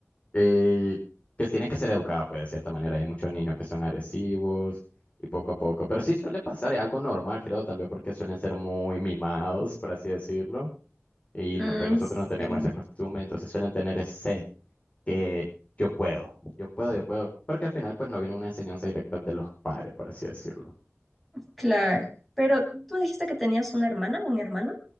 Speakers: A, on the left (about 30°); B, in the centre.
A: eh, que tienen que ser educados pues de cierta manera. Hay muchos niños que son agresivos y poco a poco. Pero sí suele pasar, es algo normal creo, tal vez porque suelen ser muy mimados, por así decirlo. Y
B: Mm,
A: no- pues nosotros
B: sí,
A: no tenemos esa costumbre, entonces suelen tener ese que yo puedo, yo puedo, yo puedo, porque al final pues no viene una enseñanza directa de los padres, por así decirlo.
B: claro. Pero tú dijiste que tenías una hermana, un hermano,